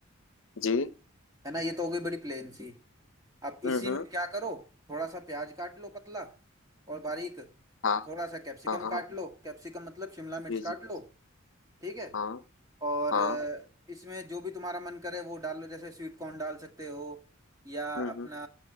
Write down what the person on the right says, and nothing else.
है ना ये तो हो गई बड़ी प्लेन सी अब
इसी
में क्या करो थोड़ा सा प्याज काट लो पतला और बारीक
थोड़ा सा कैप्सिकम
काट लो कैप्सिकम मतलब शिमला मिर्च
काट
लो ठीक है
और
अ, इसमें जो भी तुम्हारा मन करे वो डाल लो जैसे स्वीट कॉर्न डाल सकते हो या
अपना